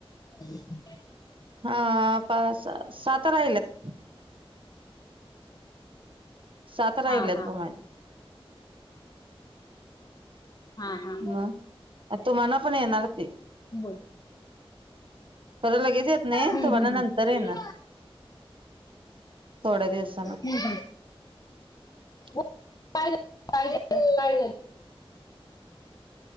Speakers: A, on the left; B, on the right.
A: <unintelligible>
B: हा पाच-सहा, सातं राहिल्यात. सात राहिलेत
A: हा हा
B: बगं माझी.
A: हा हा हा
B: म तुम्हानां पण येणार ती,
A: बोल
B: खरं लगेच येत नाहीत
A: हम्म
B: तुम्हाला
A: हम्म
B: नंतर
A: हम्म
B: येणार थोड्या दिवसाना.
A: हम्म हम्म.
B: <unintelligible>
A: बोल, काय झा काय झाल काय झालं?